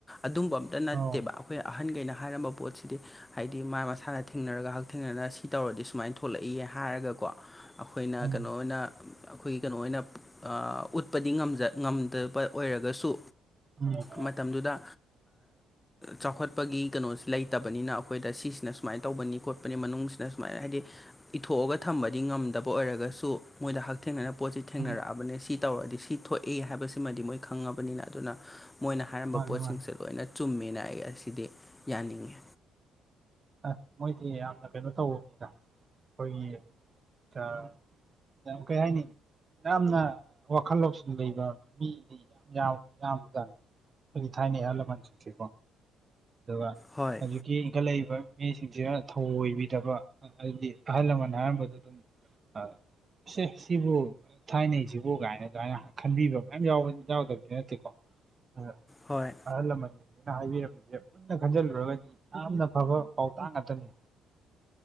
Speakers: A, on the left; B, on the right.
A: ꯑꯗꯨꯝꯕ ꯅꯠꯇꯦꯕ
B: ꯑꯧ
A: ꯑꯩꯈꯣꯏ ꯑꯍꯟꯈꯩꯅ ꯍꯥꯏꯔꯝꯕ ꯄꯣꯠꯁꯤꯗꯤ ꯍꯥꯏꯗꯤ ꯃꯥ ꯃꯁꯥꯅ ꯊꯦꯡꯅꯔꯒ ꯍꯛꯊꯦꯡꯅꯅ ꯁꯤ ꯇꯧꯔꯗꯤ ꯁꯨꯃꯥꯏꯅ ꯊꯣꯛꯂꯛꯏ ꯍꯥꯏꯔꯒꯀꯣ ꯑꯩꯈꯣꯏꯅ
B: ꯎꯝ
A: ꯀꯩꯅꯣ ꯑꯣꯏꯅ ꯑꯩꯈꯣꯏꯒꯤ ꯀꯩꯅꯣ ꯑꯣꯏꯅ ꯎꯠꯄꯗꯤ ꯉꯝꯗꯕ ꯑꯣꯏꯔꯒꯁꯨ
B: ꯎꯝ
A: ꯃꯇꯝꯗꯨꯗ ꯆꯥꯎꯈꯠꯄꯒꯤ ꯀꯩꯅꯣꯁꯦ ꯂꯩꯇꯕꯅꯤꯅ ꯑꯩ ꯑꯩꯈꯣꯏꯗ ꯁꯤꯁꯤꯅ ꯁꯨꯃꯥꯏꯅ ꯇꯧꯕꯅꯤ ꯈꯣꯠꯄꯅꯤ ꯃꯅꯨꯡꯁꯤꯗ ꯁꯨꯃꯥꯏꯅ ꯍꯥꯏꯗꯤ ꯏꯊꯣꯛꯑꯒ ꯊꯝꯕꯗꯤ ꯉꯝꯗꯕ ꯑꯣꯏꯔꯒꯁꯨ ꯃꯣꯏꯗ ꯍꯛꯊꯦꯡꯅꯅ ꯄꯣꯠꯁꯤ ꯊꯦꯡꯅꯔꯛꯑꯕꯅꯦ
B: ꯎꯝ
A: ꯁꯤ ꯇꯧꯔꯗꯤ ꯁꯤ ꯊꯣꯛꯏ ꯍꯥꯏꯕꯁꯤꯃꯗꯤ ꯃꯣꯏ ꯈꯪꯉꯕꯅꯤꯅ ꯑꯗꯨꯅ ꯃꯣꯏꯅ ꯍꯥꯏꯔꯝꯕ
B: ꯃꯥꯅꯤ
A: ꯄꯣꯠꯁꯤꯡꯁꯦ
B: ꯃꯥꯅꯤ
A: ꯂꯣꯏꯅ ꯆꯨꯝꯃꯦꯅ ꯑꯩ ꯑꯁꯤꯗꯤ ꯌꯥꯅꯤꯡꯉꯤ
B: ꯑꯥ ꯃꯣꯏꯗꯤ ꯌꯥꯝꯅ ꯀꯩꯅꯣ ꯇꯧꯕꯅꯤꯗ ꯑꯩꯈꯣꯏꯒꯤ ꯑꯥ ꯌꯥꯝ ꯀꯩ ꯍꯥꯏꯅꯤ ꯌꯥꯝꯅ ꯋꯥꯈꯜ ꯂꯧꯁꯤꯡ ꯂꯩꯕ ꯃꯤꯅꯤ <unintelligible> ꯑꯩꯈꯣꯢ ꯊꯥꯢꯅꯩ ꯑꯍꯥꯟ ꯂꯃꯥꯟꯁꯤꯡꯁꯦ ꯑꯗꯨꯒ
A: ꯍꯣꯏ
B: ꯍꯧꯖꯤꯛ ꯀꯤ ꯏꯟꯈꯠꯂꯛꯏꯕ ꯃꯤꯁꯤꯡꯁꯤꯅ ꯊꯧꯑꯣꯏꯕꯤꯗꯕ ꯍꯥꯏꯗꯤ ꯑꯍꯜ ꯂꯃꯟ ꯍꯥꯏꯔꯝꯕꯗꯨ ꯑꯗꯨꯝ ꯑ ꯁꯦ ꯁꯤꯕꯨ ꯊꯥꯏꯅꯩꯁꯤꯕꯨ ꯀꯥꯏꯅ ꯑꯗꯨꯃꯥꯏꯅ ꯈꯟꯕꯤꯕ ꯃꯌꯥꯝ ꯌꯥꯎꯗꯕꯗꯤ ꯅꯠꯇꯦꯀꯣ ꯑꯥ
A: ꯍꯣꯏ
B: ꯑꯍꯜ ꯂꯃꯟꯁꯤꯡꯅꯤꯅ ꯍꯥꯏꯕꯤꯔꯝꯃꯤꯁꯦ ꯃꯨꯟꯅ ꯈꯟꯖꯤꯜꯂꯨꯔꯒꯗꯤ ꯌꯥꯝꯅ ꯐꯕ ꯄꯥꯎꯇꯥꯛ ꯉꯥꯛꯇꯅꯤ